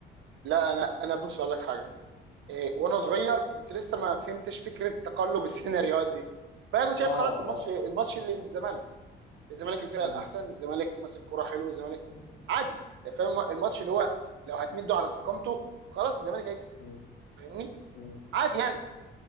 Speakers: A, on the right; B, on the left.
A: لا انا انا بص اقول لك حاجه إيه وانا صغير كنت لسه ما فهمتش فكره تقلب السيناريوهات دي فانا كنت
B: اه
A: شايف خلاص الماتش
B: اه
A: الماتش اللي للزمالك الزمالك الفرقه
B: مم.
A: الاحسن الزمالك ماسك كوره حلو الزمالك
B: مم.
A: عادي يعني فاهم الماتش اللي هو لو هتمده على استقامته خلاص الزمالك هيكسب
B: مم.
A: فاهمني
B: مم.
A: عادي يعني